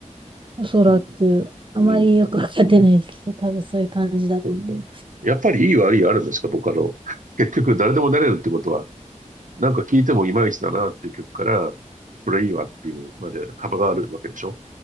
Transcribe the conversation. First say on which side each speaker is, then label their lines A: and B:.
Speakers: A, on the right; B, on the right.
A: おそらく、
B: うん、
A: あまりよくわかってないですけど、
B: うん、
A: 多分そういう感じだと思いま
B: そっか。やっぱりいい悪いはあるんですか、僕あの、結局誰でもなれるってことはなんか聞いてもいまいちだなっていう曲から、これいいわっていうのまで幅があるわけでしょ